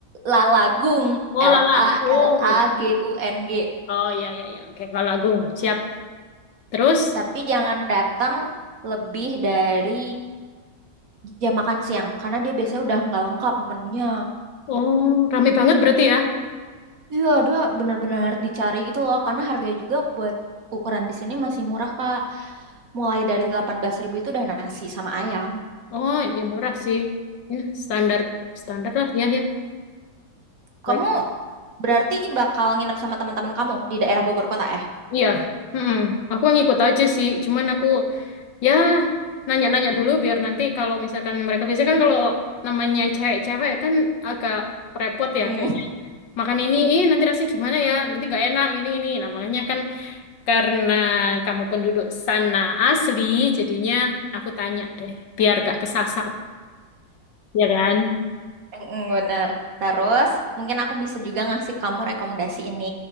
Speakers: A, on the right; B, on the left.
A: lalagung,
B: Oh, lalagung.
A: L A L A G U N G.
B: Oh, ya, ya, ya. Oke, lalagung. Siap. Terus,
A: Tapi jangan datang lebih dari jam makan siang karena dia biasanya udah nggak lengkap menunya.
B: oh, rame banget berarti ya?
A: Iya, dia bener-bener harus dicari gitu loh karena harganya juga buat ukuran di sini masih murah, Kak. mulai dari delapan belas ribu itu udah nasi sama ayam.
B: Oh, ya murah sih. Ya, standar, standar lah. Ya, ya.
A: Kamu
B: Baik.
A: berarti bakal nginep sama teman-teman kamu di daerah Bogor kota ya?
B: Iya. Mm-mm. Aku ngikut aja sih. Cuman aku Ya, nanya-nanya dulu biar nanti kalau misalkan mereka biasanya kan kalau namanya cewek-cewek kan agak repot ya
A: Mm,
B: kayaknya makan ini, ih nanti rasanya gimana ya, nanti nggak enak ini ini. Nah makanya kan karena kamu penduduk sana asli, jadinya aku tanya deh, biar gak kesasar, ya kan?
A: <laughs> mm, Bener. Terus mungkin aku bisa juga ngasih kamu rekomendasi ini